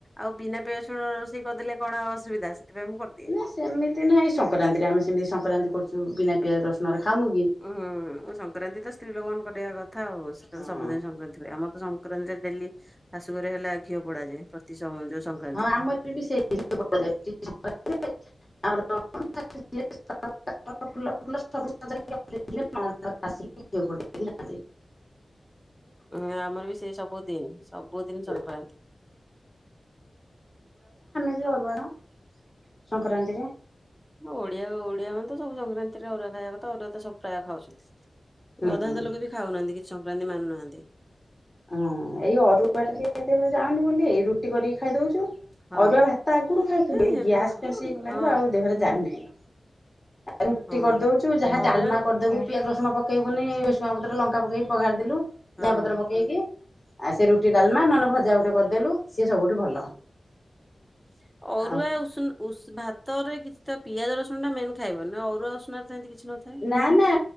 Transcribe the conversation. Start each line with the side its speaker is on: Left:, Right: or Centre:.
Centre: ଆଉ। ବିନା ପିଆଜ ରସୁଣ ରୋଷେଇ କରିଦେଲେ କଣ ଅସୁବିଧା ସେଥିପାଇଁ ମୁଁ କରଦିଏ।
Left: ନା ସେମିତି ନାହିଁ ସଂକ୍ରାନ୍ତିରେ ଆମେ ସେମିତି ସଂକ୍ରାନ୍ତି କରୁଛୁ ବିନା ପିଆଜ ରସୁଣରେ ଖାଉନୁ କି।
Centre: ଉଁହୁ ସଂକ୍ରାନ୍ତି ତ ସ୍ତ୍ରୀ ଲୋକମାନେ କରିବା କଥା ଆଉ ସେଟା
Left: ହଁ
Centre: ତ ସବୁଦିନ ସଂକ୍ରାନ୍ତି ଥିଲେ ଆମର ତ ସଂକ୍ରାନ୍ତିରେ। ଡେଲି ଶାଶୁଘରେ ହେଲା ଘିଅ ପୋଡାଯାଏ ପ୍ରତି ସଂ ଯୋଉ ସଂକ୍ରାନ୍ତି।
Left: ହଁ ଆମର ବି ସେଇ ଘିଅ ପୋଡ଼ାଯାଏ ଯେତେ ସଂକ୍ରାନ୍ତିରେ ଆମର। <unintelligible> ଫୁଲ ଫୁଲ ସବୁ ସଜାହେଇକି ରଖିଥିବେ ପଣା ଦବାକୁ <unintelligible>
Centre: ଉଁ ଆମର ବି ସେ ସବୁ। ଦିନ ସବୁଦିନ ସଂକ୍ରାନ୍ତି।
Left: ହୁଁ। ଆଜି ଅରୁଆଣ ସଂକ୍ରାନ୍ତିରେ।
Centre: ଓଡିଆଗୋ ଓଡିଆମାନେ ତ ସବୁ ସଂକ୍ରାନ୍ତିରେ ଅରୁଆ ଖାଇବା କଥା ଅରୁଆ ତ ସବୁ ପ୍ରାୟ ଖାଉଛନ୍ତି।
Left: ହୁଁ।
Centre: ଅଧା ଅଧା ଲୋକ ବି ଖାଉନାହାନ୍ତି କିଛି ସଂକ୍ରାନ୍ତି ମାନୁନାହାନ୍ତି।
Left: ହଁ ଏଇ ଅରୁଆଟା ଟିକେ ଇଆଦେହରେ ଯାଉନି ବୋଲି ଏଇ ରୁଟି କରିକି ଖାଇଦଉଛୁ।
Centre: ହଁ
Left: ଅରୁଆ ଭାତ ଆଗୁରୁ ଖାଇଥିଲୁ
Centre: ନାଇଁ
Left: ଏଇ
Centre: ହେମ
Left: ଗ୍ୟାସ ଫ୍ୟାସ୍ ହେଇଗଲାଣି
Centre: ହଁ
Left: ତ ଆଉ ଦେହରେ ଯାଉନାଇଁ। ରୁଟି
Centre: ହଁ
Left: କରିଦଉଛୁ ଯାହା
Centre: ଅରୁଆ
Left: ଡାଲମା କରିଦବୁ ପିଆଜ ରସୁଣ ପ ପକେଇବୁନି ଭେରସୁଙ୍ଗା ପତ୍ର ଲଙ୍କା ପକେଇ ପଘାରିଦେଲୁ
Centre: ହଁ।
Left: ଧଆଁ ପତ୍ର ପକେଇକି। ଆଉ ସେ ରୁଟି ଡାଲମା ନହେଲେ ଭଜା ଗୋଟେ କରିଦେଲୁ ସିଏ ସବୁଠୁ ଭଲ।
Centre: <unintelligible> ଅରୁଆ
Left: ଆଉ
Centre: ଉଷୁନ ଉଷ ଭାତରେ କିଛି ତ ପିଆଜ ରସୁଣଟା ମେନ୍ ଖାଇବନି ନହ ଅରୁଆ ଉଷୁନାରେ ତ ହେମତି କିଛି ନଥାଏ।
Left: ନା ନା।